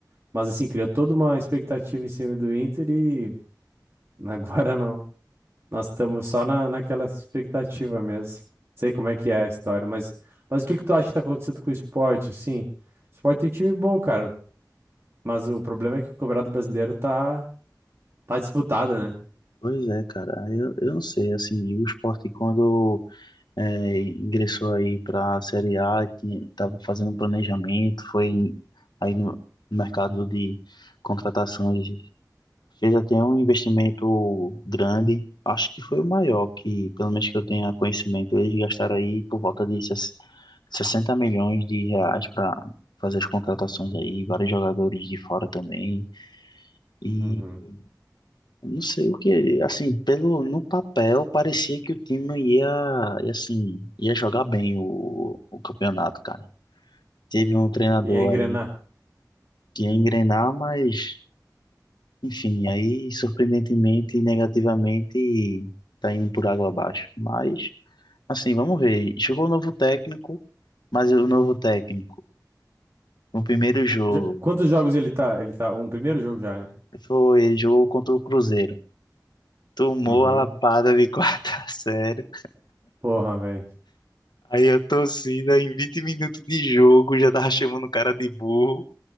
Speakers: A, on the right (about 35°); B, on the left (about 80°).
A: Mas assim, criou toda uma expectativa em cima do Inter e <laughs> agora não. Nós estamos só na, naquela expectativa mesmo. Sei como é que é a história, mas, mas o que que tu acha que tá acontecendo com o esporte, assim? O esporte tem time bom, cara, mas o problema é que o Campeonato Brasileiro tá, tá disputado, né?
B: Pois é, cara, eu, eu não sei, assim, o Sport quando é, ingressou aí pra Série A, que tava fazendo um planejamento, foi aí no mercado de contratações Fez até um investimento grande, acho que foi o maior que, pelo menos que eu tenha conhecimento, eles gastaram aí por volta de ses- 60 milhões de reais para fazer as contratações aí, vários jogadores de fora também. E
A: Uhum.
B: não sei o que, assim, pelo no papel parecia que o time ia, ia, assim, ia jogar bem o, o campeonato, cara. Teve um treinador
A: E é engrenar.
B: aí que ia engrenar, mas Enfim, aí surpreendentemente e negativamente tá indo por água abaixo. Mas, assim, vamos ver. Chegou o novo técnico, mas o novo técnico, no primeiro jogo,
A: Já- quantos jogos ele tá? Ele tá. Um primeiro jogo já, né?
B: foi, ele jogou contra o Cruzeiro. Tomou
A: Uhum.
B: a lapada de <laughs> quarta série.
A: Porra, velho.
B: Aí a torcida, em 20 minutos de jogo, já tava chamando o cara de burro.